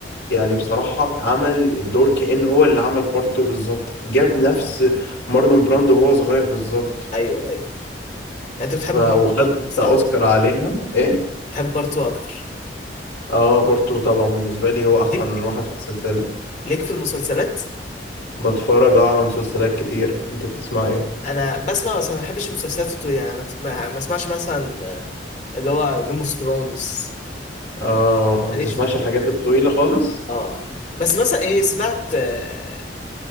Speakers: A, on the left; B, on the left.
A: يعني بصراحة عمل الدور كأنه هو اللي عمل بارت 2 بالظبط جاب نفس مارلون براندو وهو صغير بالظبط
B: ايوه ايوه انت بتحب
A: ف... وخد
B: بارتو اكتر
A: حتى
B: صح؟
A: اوسكار عليها ايه
B: بتحب بارتو اكتر
A: اه بارت 2 طبعا بالنسبة لي هو احسن
B: ليك
A: واحد في السلسلة
B: ليك في المسلسلات
A: بتفرج اه على مسلسلات كتير انت بتسمع ايه
B: انا بسمع بس ما بحبش المسلسلات الطويله يعني ما ما- ما اسمعش مثلا آه، اللي هو جيم اوف ثرونز
A: اه ما
B: ماليش
A: بتسمعش
B: في الحاجات
A: الحاجات
B: دي
A: الطويلة خالص
B: اه بس مثلا ايه سمعت آه،